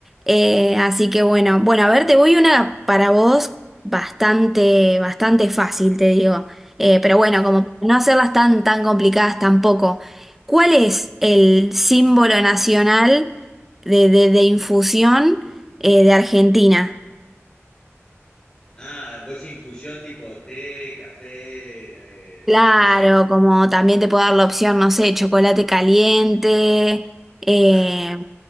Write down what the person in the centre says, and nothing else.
Eh, así que bueno, bueno, a ver, te voy una para vos bastante, bastante fácil, te digo. Eh,
pero bueno, como para no hacerlas tan, tan complicadas tampoco. ¿Cuál es el símbolo nacional de, de- de infusión eh, de Argentina?
Claro,
como también te puedo dar la opción, no sé, chocolate caliente. eh,